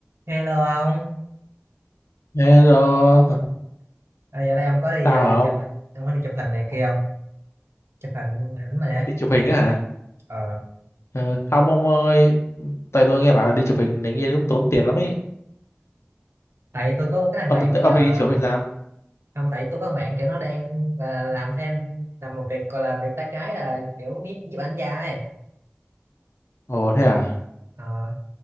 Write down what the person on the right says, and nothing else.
Hello ông,
à, giờ đây ông có đi
à, chụp hình,
ông có đi chụp hình này kia không? Chụp hình ảnh mà đấy.
Ờ.
Ờ.
Tại tôi có một cái thằng
bạn bây giờ,
không tại tôi có thằng bạn kiểu nó đang gọi là làm thêm làm một việc gọi là việc tay trái là kiểu giúp giúp ảnh gia ấy.
Ờ.